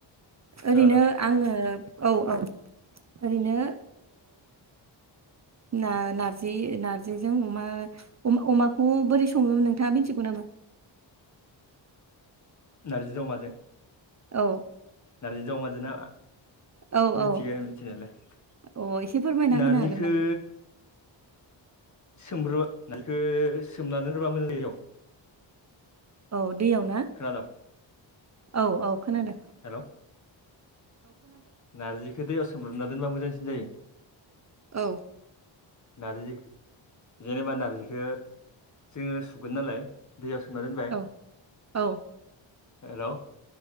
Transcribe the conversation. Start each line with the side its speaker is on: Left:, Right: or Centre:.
Right: ओरैनो
Left: खोनादों
Right: आङो। औ औ ओरैनो। ना नारजि नार्जिजों अमा अमाखौ बोरै सङोमोन नोंथाङा मिथिगौ। नाम।
Left: नारजिजों अमा जों।
Right: औ।
Left: नारजि जावमाजों नामा?
Right: औ
Left: मिथिग
Right: औ
Left: मिथिनायालाय
Right: अ एसे फोरमायना
Left: नारजिखो
Right: होनो हागोन नामा?
Left: सोमग्रोबा मखौ सोमना दोन्रोबा मोजां <unintelligible>
Right: औ दैयाव न
Left: खोनादों
Right: औ औ खोनादों ।
Left: हेल' नारजिखौ दैयाव सोमब्रबना दोनबा मोजांसिन जायो ।
Right: औ
Left: नारजि जेनेबा नार्जिखो जोङो सुगोन नालाय दैयाव सोमना दोनबाय
Right: औ औ
Left: हेलौ